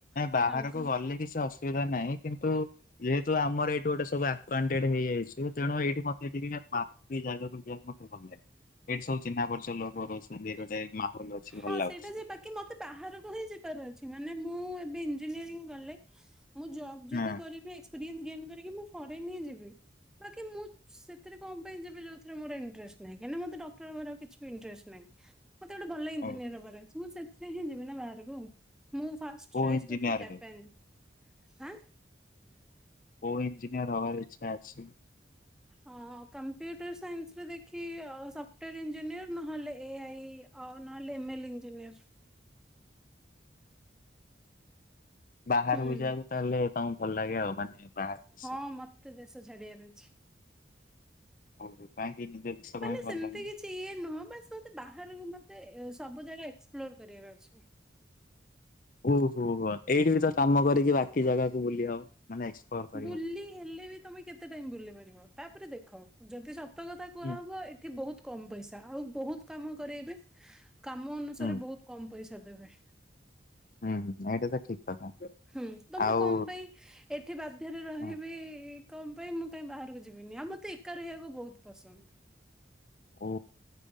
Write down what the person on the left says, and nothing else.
ବାହାରକୁ
ଗଲେ କିଛି ଅସୁବିଧା। ନାଇଁ କିନ୍ତୁ ଯେହେତୁ ଆମର ଏଇଠୁ ଗୋଟେ ସବୁ ଆକ କ୍ୱାଟେଣ୍ଟ ହେଇଯାଇଛି ତେଣୁ ଏଇଠି ମତେ ଏ ଟ ଦି ଜାଗାକୁ ଯିବାକୁ ମତେ ଭଲ ଲାଗେ ଏଇଠି ସବୁ ଚିହ୍ନା ପରିଚ ଲୋକ ରହୁଛନ୍ତି ଗୋଟେ ଅଛି
ଭଲ ଲାଗୁଛି।
ହଁ
ହଉ
କୋଉ
ଇଞ୍ଜିନିୟର
ହେଉ
କୋଉ ଇଞ୍ଜିିନିଆଁର ହବାର ଇଚ୍ଛା ଅଛି?
ବାହାରକୁ
ଯିବାକୁ ତାହେଲେ ହ ଭଲ ଲାଗେ ଆଉ ମାନେ ବାହାର ଦେଶ?
ଓହୋ, କାହିଁକି ନିଜ ଦେଶ ପାଇଁ
ଭଲ
ଲାଗୁନି।
ଓହୋ ହୋ ଏଇଠି ବି ତ କାମ କରିକି ବାକି କି ଜାଗାକୁ ବୁଲି ହବ। ମାନେ ଏକ୍ସପ୍ଲୋର କରିହବ।
ହୁଁ
ହୁଁ
ହୁଁ ହୁଁ ଏଇଟା ତ ଠିକ କଥା
ଆଉ
ହଁ,
ଓ